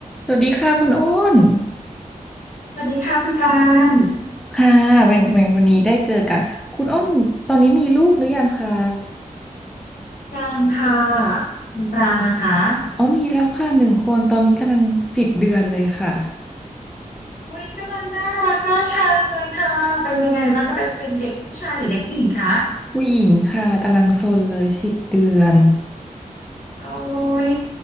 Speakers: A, in the centre; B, on the left (about 75°).
A: สวัสดีค่ะคุณอ้น
B: สวัสดีค่ะคุณปราง
A: ค่ะเป็นเป็นวันนี้ได้เจอกัน คุณอ้นตอนนี้มีลูกหรือยังคะ
B: ปรางค่ะคุณปรางนะคะ
A: อ๋อมีแล้วค่ะหนึ่งคนตอนนี้กำลังสิบเดือนเลยค่ะ
B: อุ้ยกำลังน่ารักน่าชังเลยค่ะเป็นยังไงบ้างคะเป็นเป็นเด็กผู้ชายหรือเด็กผู้หญิงคะ
A: ผู้หญิงค่ะกำลังซนเลยสิบเดือน
B: โอ้ย